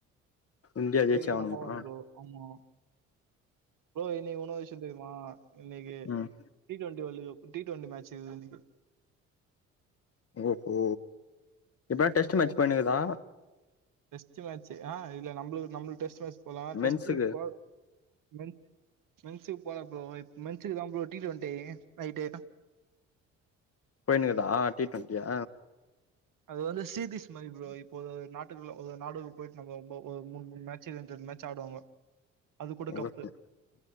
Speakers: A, on the left (about 40°); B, on the right (about 55°).
A: இந்தியா
B: ஜெயிக்கலினா
A: ஜெயிச்சே ஆகணுமா
B: போவாது ப்ரோ ஆமா ப்ரோ இன்னைக்கு இன்னொரு விஷ்யம் தெரியுமா இன்னைக்கு
A: ம்
B: இவளுக புட்டிட்டு வந்த மேட்ச் இது இன்னைக்கு
A: ஓஹோ இப்ப டெஸ்ட் மேட்ச் போயினுக்குதா
B: டெஸ்ட் மேட்சு ஆ இல்ல நம்ளு நம்மள்க்கு டெஸ்ட் மேட்ச் போலா டெஸ்ட்
A: மென்ஸுக்கு
B: போ மென் மென்சுக்கு போலா ப்ரோ இப் மென்சுக்குதா ப்ரோ டி டுவண்ட்டி நைட்டு
A: போயினிக்குதா டி டுவெண்டியா
B: அது வந்து சீரிஸ் மாரி ப்ரோ இப்போ நாட்டுக்குள்ள ஒரு நாடுக்கு போயிட்டு நம்போ ஒரு மூண் மூணு மேட்சு ரெண்டு ரன் மேட்ச் ஆடுவாங்கோ அது கூட
A: ஓகே
B: கப்பு